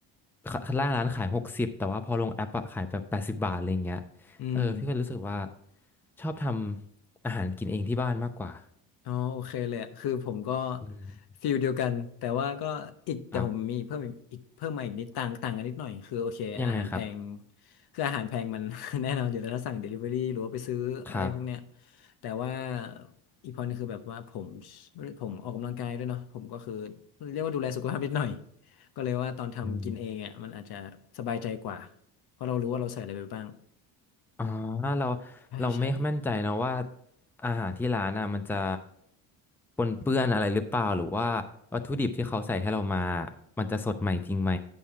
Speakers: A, in the centre; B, on the left.
A: ข้างล่างร้านขายหกสิบแต่ว่าพอลงแอปอะขายแบบแปดสิบบาทอะไรอย่างเงี้ย
B: อืม
A: เออพี่ก็รู้สึกว่าชอบทำอาหารกินเองที่บ้านมากกว่า
B: อ๋อโอเคเลยอะคือผมก็
A: อืม
B: ฟิลเดียวกันแต่ว่าก็อีกแต่ผมมีเพิ่มอีกอีกเพิ่มมาอีกนิดต่างต่างกันนิดหน่อยคือโอเคอาหารแพง
A: ครับยังไงครับ
B: คืออาหารแพงมัน <laughs> แน่นอนอยู่แล้วถ้าสั่ง Delivery หรือว่าไปซื้ออะไรพวกเนี้ย
A: ครับ
B: แต่ว่าอีกพอนึงคือแบบว่าผมผมออกกำลังกายด้วยเนาะผมก็คือเรียกว่าดูแลสุขภาพนิดหน่อยก็เลยว่าตอนทำกินเองอ่ะมันอาจจะสบายใจกว่า
A: อืม
B: เพราะเรารู้ว่าเราใส่อะไรไปบ้าง
A: อ๋อเรา
B: ใช่ใช่
A: เราไม่มั่นใจนะว่าอาหารที่ร้านน่ะมันจะปนเปื้อนอะไรหรือเปล่าหรือว่าวัตถุดิบที่เขาใส่ให้เรามามันจะสดใหม่จริงไหม